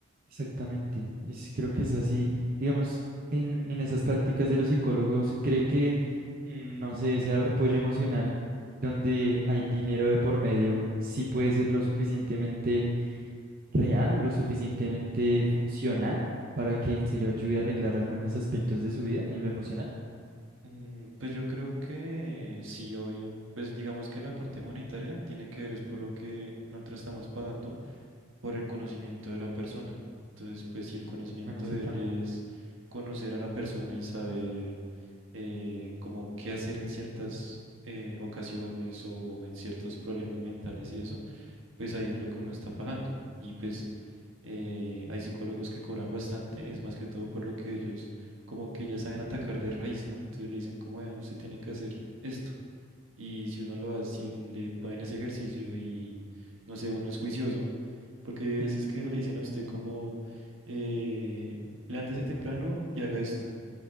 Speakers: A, on the right; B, on the right.
A: Exactamente, es, creo que es así. Digamos, en, en esas prácticas de los psicólogos, ¿cree que, mm, no sé, ese apoyo emocional donde hay dinero de por medio, sí puede ser lo suficientemente real, lo suficientemente funcional para que en serio ayude a arreglar algunos aspectos de su vida en lo emocional?
B: Mm, Pues yo creo que sí, obvio. Pues digamos que la parte monetaria tiene que ver es por lo que nosotros estamos pagando por el conocimiento de la persona. Entonces, pues si el conocimiento
A: Bueno, sí,
B: de
A: también.
B: él es conocer a la persona y saber eh, como qué hacer en ciertas eh, ocasiones o en ciertos problemas mentales y eso pues ahí es lo que uno está pagando. Y pues eh, hay psicólogos que cobran bastante, es más que todo por lo que ellos como que ya saben atacar de raíz, ¿no? Entonces le dicen, como "Vea, usted tiene que hacer esto. Y si uno lo hace, si un- le ponen ese ejercicio y no sé, uno es juicioso, porque hay veces
A: Sí,
B: que le dicen a usted como, eh, levántese temprano y haga esto.